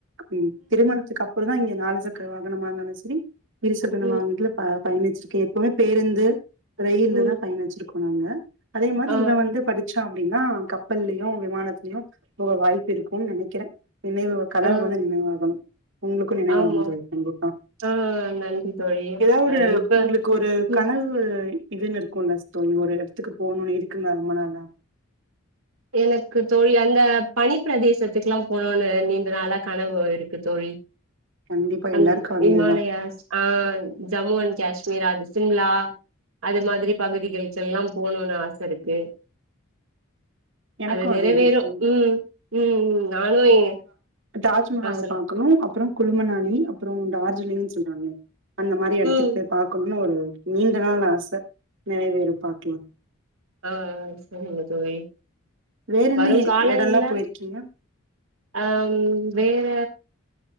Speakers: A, on the right; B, on the right.
A: ம் திருமணத்துக்கு அப்புறம் தா இங்க நாலு சக்கர வாகனமாந்தாலு சேரி இரு சக்கர
B: ம்
A: வாகனத்ல பா பயணிச்சிருக்கே எப்பவுமே பேருந்து ரயில்ல
B: ம்
A: தா பயணச்சிற்க்கோ நாங்க அதே மாரி
B: ஆ
A: இவ வந்து படிச்சு ட அப்படின்னா கப்பல்லயு விமானத்துலயு போக வாய்ப்பு இருக்கும்னு நெனைக்கிறே நினைவு கனவு
B: ஆ
A: வந்து நினைவு ஆகணு உங்களுக்கு நினைவாக
B: ஆமாம்
A: தோழி கண்டிப்பா
B: ஆ நன்றி தோழி
A: ஏதாவது ஒரு
B: அ இப்ப
A: உங்களுக்கு ஒரு
B: ம்
A: கனவு இதுன்ருக் <unintelligible> தோழி ஒரு இடத்துக்கு போணும்ணு இருக்குங்ளா ரொம்ப நாளா
B: எனக்கு தோழி அந்த பனிப்பிரதேசத்துக்குல்லா போனுன்னு நீண்ட நாளா கனவு இருக்கு தோழி
A: கண்டிப்பா
B: <unintelligible>
A: எல்லாருக்கு அதேதா
B: இமாலயாஸ் ஆ ஜம்மு அண்ட் காஷ்மீர் அது சிம்லா அது மாதிரி பகுதிகளளுக்குல்லா போணும்னு ஆச இருக்கு
A: எனக்கு
B: அத நிறைவேறும்
A: அதேதா தோழி
B: ம் ம் ம் நானு எ
A: தாஜ்மஹால
B: ஆ சொல்லு
A: பாக்கணு அப்புறே குழுமனானி அப்புறே டார்ஜிலிங் சொல்றாங்களே அந்த மாரி இடத்துக்கு
B: ம்
A: போய் பாக்ணும்னு ஒரு நீண்ட நாள் ஆச நிறைவேறும் பாக்கிலா
B: ஆ ஆ சேரிங்க தோழி
A: வேற
B: வருங்
A: என்ன எ
B: காலங்கள்ல
A: எடல்லா போயிருக்கீங்க
B: ஆ வேற